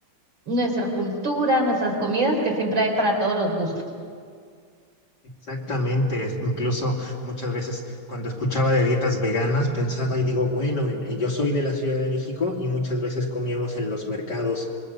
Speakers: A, on the right; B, on the left.
A: nuestra cultura, nuestras comidas, que siempre hay para todos los gustos.
B: Exactamente, es- incluso muchas veces cuando escuchaba de dietas veganas pensaba y digo, bueno, en- yo soy de la Ciudad de México y muchas veces comíamos en los mercados